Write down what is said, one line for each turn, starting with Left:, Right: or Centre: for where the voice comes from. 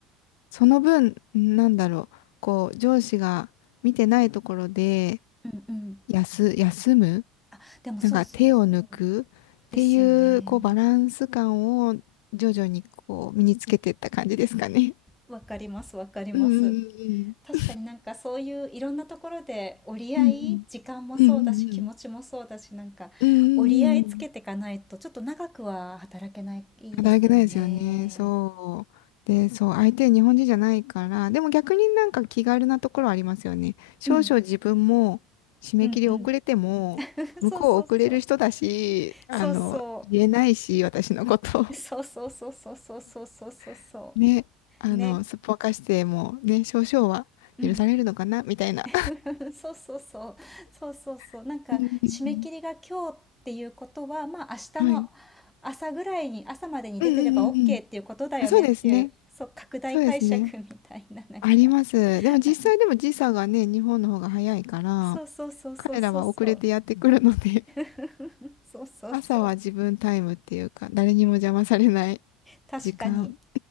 Left: その分、なんだろう。こう、上司が見てないところで、
Centre: うんうん。
Left: 休、休む
Centre: あ、でもそうそうそう。
Left: なんか手を抜くっていう、
Centre: ですよね。
Left: こう、バランス感を徐々にこう、身につけていった感じですかね。
Centre: わかります、わかります。
Left: うんうん
Centre: 確かになんかそういういろんなところで折り合い、
Left: うん
Centre: 時間もそうだし気持ちもそうだし、
Left: うんうん
Centre: なんか折り合いつけていかないとちょっと長くは働けないですよね。
Left: うんうんうんうんうん働けないですよね。そう。で、そう、相手日本人じゃないから、でも逆になんか気軽なところありますよね。少々自分も締め切り遅れても、
Centre: うん、うんうん。<laughs>
Left: 向こう遅れる人だし、
Centre: そうそうそう。
Left: あの、
Centre: そうそう。
Left: 言えないし、私のこと。
Centre: そうそうそうそうそうそうそうそうそ
Left: <laughs> ね、あの、
Centre: うね
Left: すっぽかしてもね、少々は許されるのかな、
Centre: うん
Left: みたいな。
Centre: <laughs> そうそうそうそうそうそうなんか締め切りが今日っていうことはまあ明日の朝ぐらいに朝までに出てれば
Left: <laughs> うんうんうん。はい。うんうんうんうん。
Centre: OK っていうことだよねっていうそう拡大解釈みたいななんか
Left: あ、そうですね。そうですね。あります。
Centre: <laughs>
Left: でも実際でも時差がね、
Centre: あり
Left: 日本の方が早いから、
Centre: そうそうそうそうそうそう
Left: 彼らは遅れてやってくるので、<laughs>
Centre: <laughs> そうそうそう
Left: 朝は自分タイムっていうか、誰にも邪魔されない
Centre: 確かに
Left: 時間。